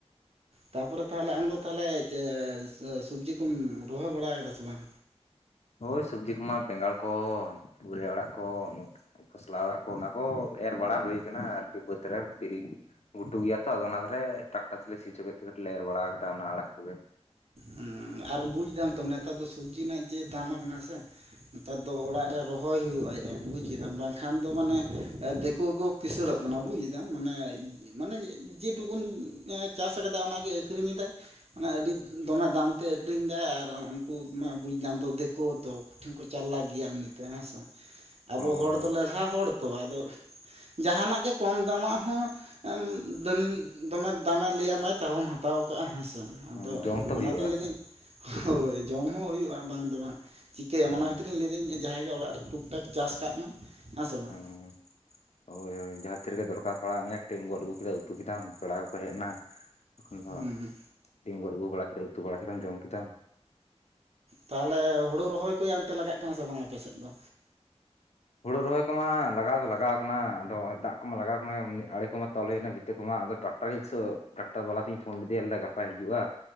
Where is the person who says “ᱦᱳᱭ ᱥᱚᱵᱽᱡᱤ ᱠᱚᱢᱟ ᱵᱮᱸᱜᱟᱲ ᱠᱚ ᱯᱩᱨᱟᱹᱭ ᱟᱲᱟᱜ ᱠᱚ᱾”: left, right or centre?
Left